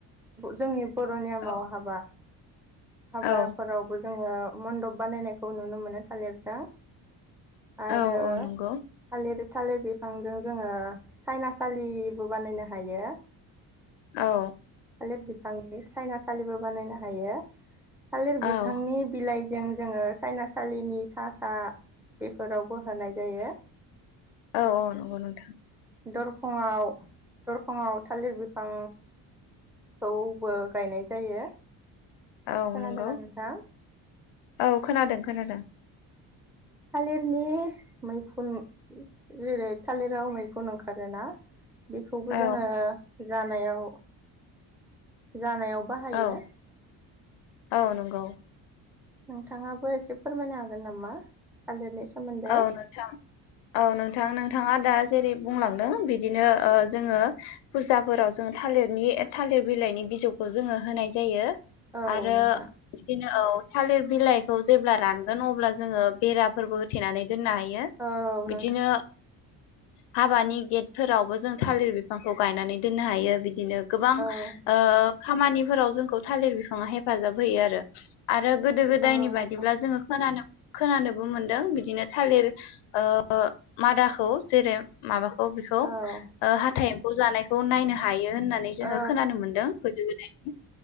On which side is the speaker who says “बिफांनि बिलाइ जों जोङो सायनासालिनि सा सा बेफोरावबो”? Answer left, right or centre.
Centre